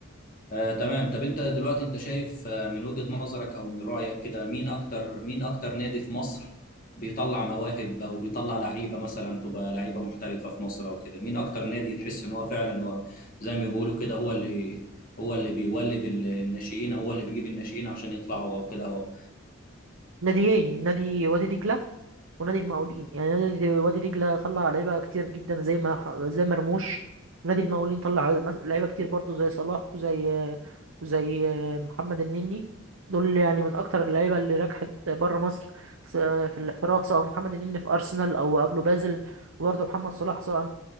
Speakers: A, on the left (about 45°); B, on the right (about 80°).
A: آه، تمام طب انت دلوقتي انت شايف آه، من وجهة نظرك او من رأيك كده مين اكتر مين اكتر نادي في مصر بيطلع مواهب او بيطلع لعيبة مثلا تبقى لعيبة محترفة في مصر او كده مين اكتر نادي تحس ان هو فعلا هو زي ما بيقولوا كده هو اللي هو اللي بيولد ال- الناشئين هو اللي بيجيب الناشئين عشان يطلعوا او كده
B: ناديين نادي وادي دجله ونادي المقاولين يعني نادي وادي دجلة طلع لعيبة كتير جدا زي ما ح- زي مرموش نادي المقاولين طلع مس- لعيبة كتير برضو زي صلاح وزي وزي محمد النني دول يعني من أكتر اللعيبة اللي نجحت بره مصر س- في الاحتراف سواء محمد النني في أرسنال أو قبله بازل وبرضه محمد صلاح سواء